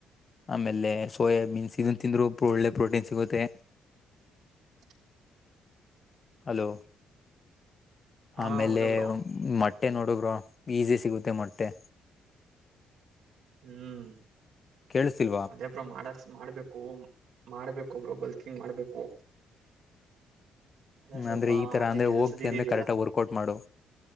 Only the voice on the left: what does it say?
ಆಮೇಲೆ ಸೋಯಾಬೀನ್ಸ್ ಇದನ್ನ ತಿಂದ್ರು ಒಳ್ಳೆ ಪ್ರೋಟೀನ್ ಸಿಗುತ್ತೆ
ಹಲೋ
ಆಮೇಲೆ
ಮೊಟ್ಟೆ ನೋಡು ಬ್ರೋ ಈಸಿ ಸಿಗುತ್ತೆ ಮೊಟ್ಟೆ
ಕೇಳಿಸಿಲ್
ಹ್ಮ
ಅಂದ್ರೆ ಈ ತರ
ಅಂದ್ರೆ
ಹೋಗ್ತಿ
ಅಂದ್ರೆ ಕರೆಕ್ಟ ವರ್ಕೌಟ್ ಮಾಡು